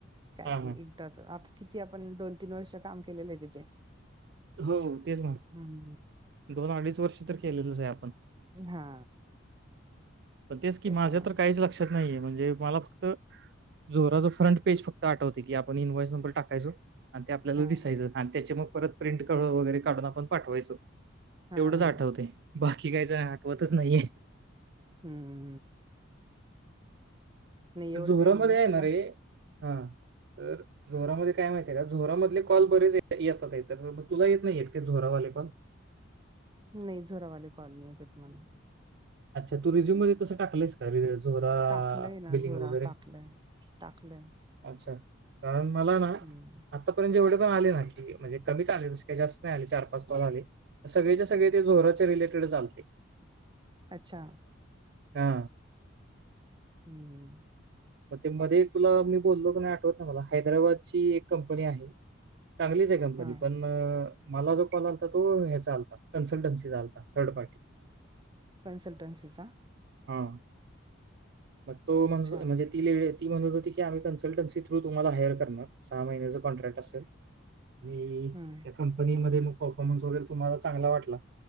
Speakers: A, on the right; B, on the right.
A: काय
B: हां, हां.
A: आता किती आपण दोन तीन वर्ष काम केलेलं आहे. तिथे
B: हो तेच मग,
A: हम
B: दोन अडीच वर्ष तर केलेलंच आहे. आपण
A: हा
B: पण तेच की
A: त्याच्यामुळे
B: माझ्या तर काहीच लक्षात नाहीये. म्हणजे मला फक्त जोराचं फ्रंट पेज फक्त आठवते. की आपण इनवाॅइस नंबर टाकायचो. आणि ते आपल्याला
A: हा
B: दिसायचं. आणि त्याचे मग परत प्रिंट वगैरे काढून आपण पाठवायचो.
A: हा
B: तेवढंच
A: हा
B: आठवते बाकी काहीच आठवतच नाहीये.
A: हम्म. नाही एवढं
B: झोरोमध्ये
A: काही नाही
B: आहे
A: तुला
B: ना रे हा तर झोरामध्ये काय माहित आहे. का झोरामधले कॉल बरेच येतात आहे तर तुला येत नाहीय का झोरावाले काॅल
A: नाही झोरावाली कॉल नाही आहे येत्यात. मला
B: अच्छा तू रिझ्यूमध्ये तस टाकलास का झोरा
A: टाकलंय ना
B: बिलिंग
A: झोरा
B: वगैरे
A: टाकलंय. टाकलंय
B: अच्छा कारण मला ना
A: हम्म
B: आत्तापर्यंत जेवढे पण आले. ना की म्हणजे कमीच आले जास्त नाही आले चार पाच बल आले. सगळेच्या सगळे ते जराचे रिलेटेड आलते.
A: अच्छा?
B: हा
A: हम्म
B: मग ते मध्ये तुला मी बोललो क नाही. आठवत मला हैदराबादची एक कंपनी आहे चांगलीच कंपनी
A: हा
B: पण मला जो कॉल आलता तो ह्याचा आलता कन्ल्टन्सी चा आलता थर्ड पार्टी
A: कन्सल्टन्सी चा
B: हा पण तो म्हण
A: अच्छा
B: म्हणजे ती लेडी ती म्हणतं हो ती की आम्ही कन्सल्टन्सी थ्रू तुम्हाला हायर करणार सहा महिन्याचा कॉन्ट्रॅक्ट असेल. <inaudible>
A: हम्म.
B: त्या कंपनीमध्ये मग परफॉर्मन्स वगैरे तुम्हाला चांगला वाटला